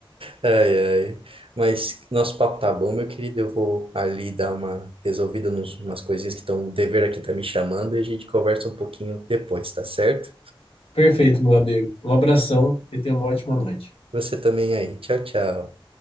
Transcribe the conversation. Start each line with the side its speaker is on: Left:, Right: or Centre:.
Right: Ai, ai. Mas nosso papo tá bom, meu querido. Eu vou ali dar uma resolvida nos umas coisinhas que estão, o dever aqui tá me chamando e a gente conversa um pouquinho depois, tá certo?
Left: Perfeito, meu amigo. Um abração e tenha uma ótima noite.
Right: Você também aí. Tchau, tchau.